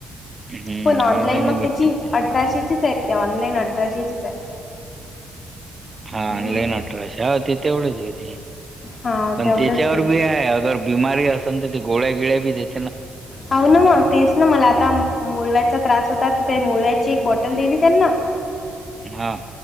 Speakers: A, on the right (about 30°); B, on the left (about 40°).
A: हम्म
B: पण ऑनलाईन मग
A: भेटते
B: त्याची अठराशेचीच आहे ऑनलाईन अठराशेचीच आहे
A: हा
B: हम्म
A: ऑनलाईन अठराश हो ते तेवढंच घेते
B: हा
A: पण
B: तेवढंच
A: त्याच्यावर
B: घेते
A: बी आहे अगर बिमारी असन ते गोळ्या गिळ्या बी देेते ना.
B: हाव ना मग तेच ना मला आता मुळव्यादचा त्रास होता तर ते मुळव्यादची एक बॉटल दिली त्यांना
A: हा